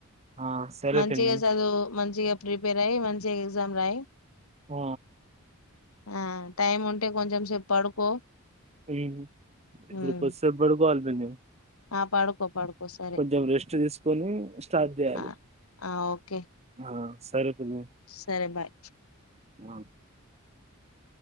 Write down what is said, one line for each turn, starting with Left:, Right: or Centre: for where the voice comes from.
Right: ఆ సరే
Left: మంచిగా
Right: పిన్ని
Left: చదువు మంచి మంచిగా ప్రిపేర్ అయ్యి మంచిగా ఎగ్జామ్ రాయి
Right: ఆ
Left: ఆ టైం ఉంటే కొంచెం సేపు పడుకో
Right: ఉ ఇప్పుడు
Left: ఉమ్.
Right: కోసేపు బాడుకోవాలి బెందేవు
Left: ఆ పడుకో పడుకో సరే
Right: కొంచెం రెస్ట్ తీసుకొని స్టార్ట్ చేయాలి
Left: ఆ ఆ ఓకే
Right: ఆ సరే పిన్ని
Left: సరే బాయ్
Right: ఆ